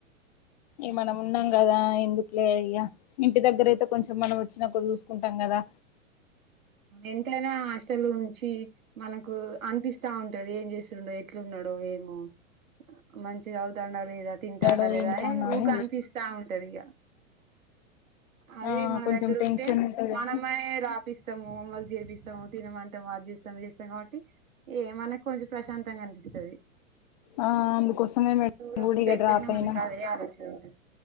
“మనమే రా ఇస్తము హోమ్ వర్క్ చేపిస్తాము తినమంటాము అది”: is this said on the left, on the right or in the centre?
Right